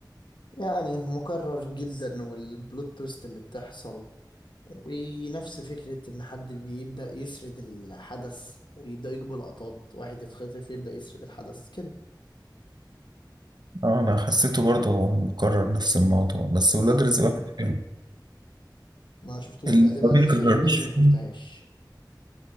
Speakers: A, on the left; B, on the right.
A: يعني مكرر جدا والبلوت تويست اللي بتحصل ونفس فكرة ان حد بيبدأ يسرد الحدث ويبدأ يجيب لقطات واحد يتخطف يبدأ يسرد الحدث كده
B: اه انا حسيته برضه مكرر نفس الموضوع بس ولاد
A: اه
B: رزق واحد حلو
A: ما شفتوش
B: اللي
A: ده دي بقى
B: ما بيكررش
A: النسخة اللي بجد ما
B: فيه
A: شفتهاش